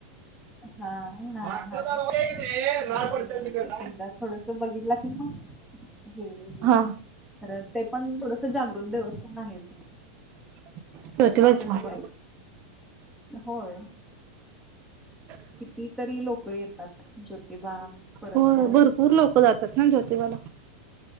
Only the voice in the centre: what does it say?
हा हा
हा
थोडस
हे होते.
एकदा थोडस बघितलं की मग हे होईल,
तर ते पण थोडस जागृत देवस्थान आहेच
तसं
बघ होय
कितीतरी लोक येतात ज्योतिबा परत
अ